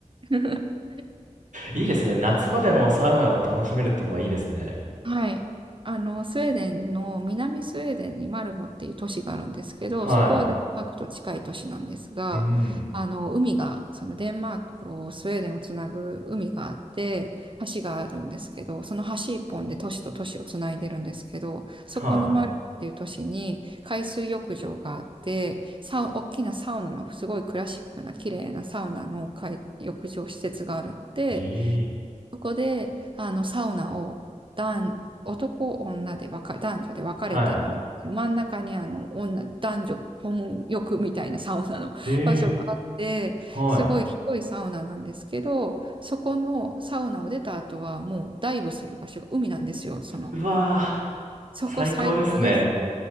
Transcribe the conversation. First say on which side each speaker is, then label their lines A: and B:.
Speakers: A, on the right; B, on the right.
A: <laughs>
B: いいですね。夏場でもサウナを楽しめるってのはいいですね。
A: はい。あの、スウェーデンの南スウェーデンにマルモっていう都市があるんですけど、
B: はい。
A: そこはデンマークと近い都市なんですが、
B: うん。
A: あの、海が、そのデンマークとスウェーデンをつなぐ海があって、橋があるんですけど、その橋一本で都市と都市をつないでるんですけど、そこのマルモっていう都市に海水浴場があって、
B: は
A: サウ、大きなサウナのすごいクラシックな綺麗なサウナの海浴場施設があるって、
B: い。ええ。
A: そこで、あの、サウナを男、男、女で分か、男女で分かれてるんですけど、
B: はい。
A: 真ん中にあの、女、男女混浴みたいなサウナの
B: ええ、
A: <laughs> 場所があって、
B: は
A: すごい広いサウナなんですけど、そこのサウナを出た後はもうダイブする場所が海なんですよ、その。
B: い。うわー、
A: そこ最高です。
B: 最高ですね。